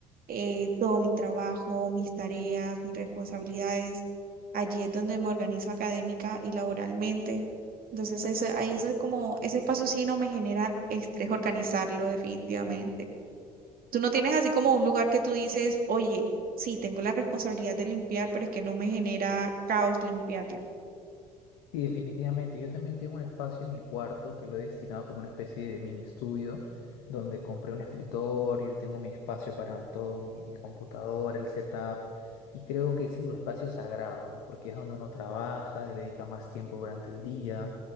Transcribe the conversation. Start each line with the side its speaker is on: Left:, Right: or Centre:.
Right: eh, todo mi trabajo, mis tareas, mis responsabilidades. Allí es donde me organizo académica y laboralmente. Entonces, ese, ahí es como, ese espacio sí no me genera estrés organizarlo definitivamente. Tú no tienes así como un lugar que tú dices, oye, sí, tengo la responsabilidad de limpiar, pero es que no me genera caos limpiarlo.
Left: Sí, definitivamente. Yo también tengo un espacio en mi cuarto que lo he destinado como una especie de mini estudio, donde compré un escritorio y tengo mi espacio para todo, mi, mi computadora, el setup. Y creo que ese es el espacio sagrado, ¿no? Porque es donde uno trabaja, le dedica más tiempo durante el día.